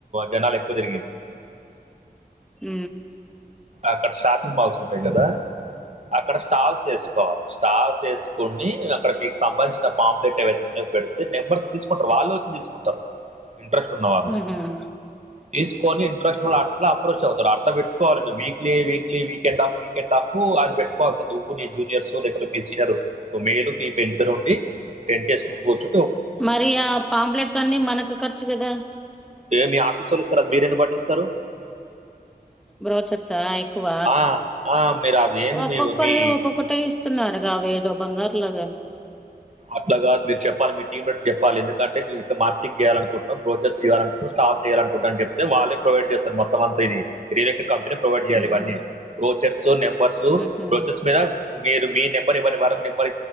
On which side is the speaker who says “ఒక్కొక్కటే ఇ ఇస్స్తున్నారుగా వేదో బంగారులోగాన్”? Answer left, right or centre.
Centre